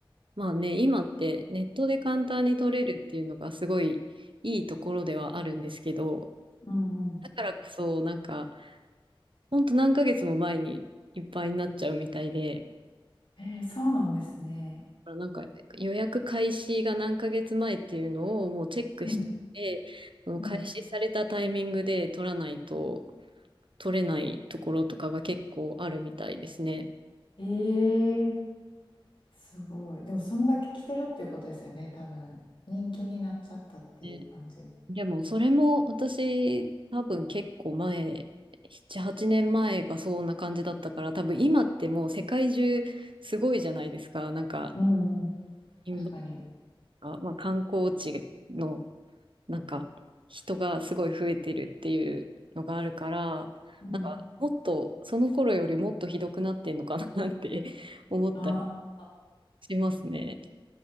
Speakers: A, on the right; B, on the left.
A: まあね、今ってネットで簡単に取れるっていうのがすごいいいところではあるんですけど、
B: うんうん。
A: だからこそ、なんか、ほんと何ヶ月も前にいっぱいになっちゃうみたいで、だ
B: えーそうなんですね。
A: からなんか予約開始が何ヶ月前っていうのをもうチェックして、
B: うん
A: その開始されたタイミングで取らないと
B: うん。
A: 取れないところとかが結構あるみたいですね。
B: ええすごい。でも、そんだけ着てるっていうことですよね、多分。人気になっちゃったっていう感じ。
A: ねでも、それも私、多分結構前、7、8年前がそんな感じだったから、多分今ってもう世界中すごいじゃないですか。なんか、
B: うんうん。
A: 今、
B: 確かに。
A: まあ観光地の、なんか、人がすごい増えてるっていうのがあるから、
B: うん。
A: なんか、もっと、その頃よりもっとひどくなってんのかなって <laughs> 思ったり
B: ああ、
A: しますね。